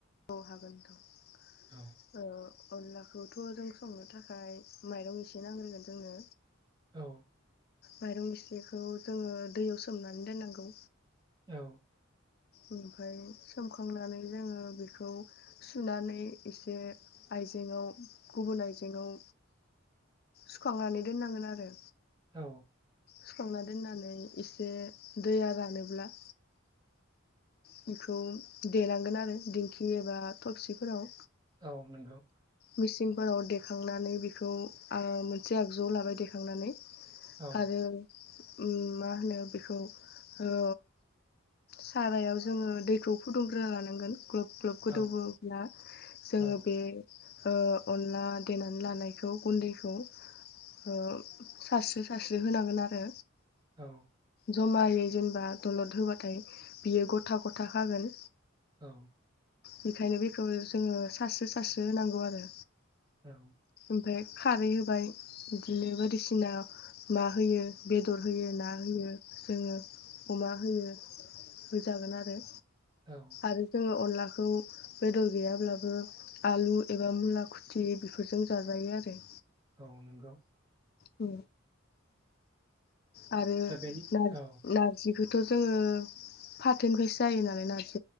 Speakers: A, on the left; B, on the right.
A: औ हागोन नोंथां
B: औ
A: औ अनलाखौथ' जों संनो थाखाय माइरं एसे नांग्रोगोन जोंनो
B: औ
A: माइरं इसेखौ जोङो दैयाव सोमनानै दोननांगौ
B: औ
A: ओमफाय सोमखांनानै जोङो बेखौ सुनानै एसे आइजेेंआव गुबुन आइजेंआव सुखांनानै दोननांगोन आरो
B: औ
A: सुखांना दोननानै एसे दैया रानोब्ला बेखौ देनांगोन आरो दिंखि एबा थबसिफोराव
B: औ नंगौ
A: मिसिंफोराव देखांनानै बेखौ आ मोनसे आगजुआव लाबाय देखांनानै
B: औ
A: आरो उम मा होनो बेखौ ओ सारायाव जोङो दैखौ फुदुंग्रोना लानांगोन ग्लब ग्लब गोदौब्ला
B: औ
A: जोङो
B: औ
A: बे ओ अनला देनानै लानायखौ गुन्दैखौ ओ सारस्रि सारस्रि होनांगोन आरो
B: औ
A: जमायै जेनेबा दलद होबाथाय बियो गथा गथा खागोन
B: औ
A: बेखायनो बेखौ जोङो सारस्रो सारस्रो होनांगौ आरो
B: औ
A: ओमफाय खारै होबाय बिदिनो बायदिसिना मा होयो बेदर होयो ना होयो जोङो अमा होयो होजागोन आरो
B: औ
A: आरो जोङो अनला खौ बेदर गैयाब्लाबो आलु एबा मुला खुथि बेफोरजों जाजायो आरो
B: औ नोंगौ
A: औ आरो
B: दा बेनि
A: नारज
B: औ
A: नारजि बेखौथ' जोङो फाथोनिफ्रायसो जायो नालाय नारजि